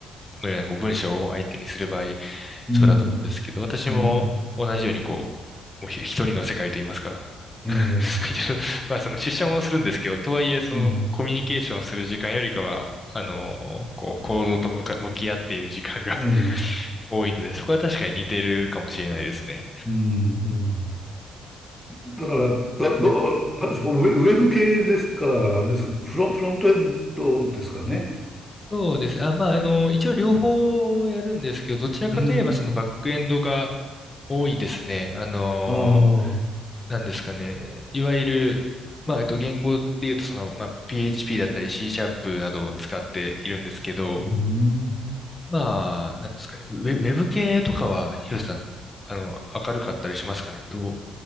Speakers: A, on the left; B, in the centre.
A: のようなこう文章を相手にする場合、
B: うん、
A: そうだと思うんですけど、私も同じようにこ
B: うん、
A: う、もうひ一人の世界といいますか。
B: ええ、
A: <laughs> 一応まあその出社もするんですけど、とはいえそのコミュニケーションする時間よりかは、
B: うん、
A: あの、こう、行動と向か、向き合っている時間が
B: ええ、
A: <laughs> 多いので、そこは確かに似てるかもしれないですね。
B: うん、うん。だから、だ、ど、あれですかウェ、ウェブ系ですから、あれですか、フロン、フロントエンドですかね。
A: そうです。あ、まあ、あの、一応両方やるんですけど、どちらかといえばそのバックエンドが
B: うん、
A: 多いですね。あの
B: ああ、
A: なんですかね。いわゆる、まあ、えっと、言語で言うと、その、まあ、PHP だったり C シャープなどを使っているんですけど、
B: うん。
A: まあ、なんですかね。ウェ、ウェブ系とかは、ヒロシさん、あの、明るかったりしますかね。どう